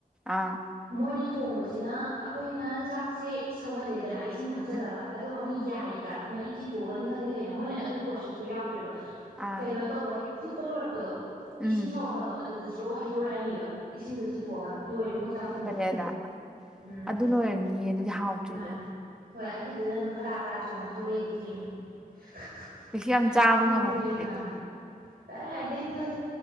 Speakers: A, in the centre; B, on the right (about 80°).
A: ꯑꯥ
B: ꯃꯣꯏꯅ ꯊꯣꯡꯕꯁꯤꯅ ꯑꯩꯈꯣꯏꯅ ꯆꯥꯛꯁꯦ ꯁꯧꯍꯜꯂꯦꯗꯅ ꯏꯁꯤꯡꯗ ꯍꯥꯞꯆꯤꯜꯂꯒ
A: ꯎꯝ
B: ꯑꯗꯨꯒ ꯑꯃꯨꯛ ꯌꯥꯏꯗ꯭ꯔꯥ ꯃꯍꯤ ꯆꯤꯊꯣꯛꯑꯒꯅꯤ ꯈꯪꯗꯦ ꯀꯩꯅꯣ ꯃꯣꯏꯅ ꯑꯗꯨꯒꯤ ꯄ꯭ꯔꯣꯁꯦꯁꯇꯨ ꯌꯥꯎꯗ꯭ꯔꯦꯕ
A: ꯑꯥ
B: ꯀꯩꯅꯣ ꯇꯧꯕ ꯍꯦꯛ ꯐꯨꯠꯄ ꯂꯣꯏꯔꯛꯄꯗꯣ
A: ꯎꯝ
B: ꯏꯁꯤꯡ ꯁꯧꯔꯛꯄꯗꯣ ꯑꯗꯨꯗ ꯔꯣ ꯍꯩꯗꯣꯔꯛꯑꯅꯤꯕ ꯏꯁꯤꯡꯗꯣ ꯆꯤꯊꯣꯛꯑꯒ ꯂꯣꯏꯔꯦ ꯃꯣꯏ ꯆꯥꯛ ꯊꯣꯡꯕ
A: ꯐꯔꯦꯗ
B: ꯎꯝ
A: ꯑꯗꯨꯅ ꯑꯣꯏꯔꯅꯤꯌꯦ ꯑꯗꯨꯗꯤ ꯍꯥꯎꯇ꯭ꯔꯤꯗꯣ
B: ꯃꯥꯅꯦ ꯍꯣꯏ ꯑꯗꯨꯗꯨꯅ ꯑꯗꯨꯝ ꯐꯔꯥ ꯐꯔꯥ ꯆꯣꯡꯉ ꯊꯣꯛꯂꯛꯏꯗꯨ ꯆꯡꯉ ꯑ
A: ꯀꯩꯁꯨ ꯌꯥꯝ ꯆꯥꯕ
B: ꯇꯠꯇꯔꯤꯉ
A: ꯉꯝꯃꯝꯃꯣꯏ
B: ꯅꯅ
A: ꯑꯗꯨ
B: ꯇꯔꯦ ꯍꯥꯏꯗꯩ ꯑꯩꯉꯣꯟꯗ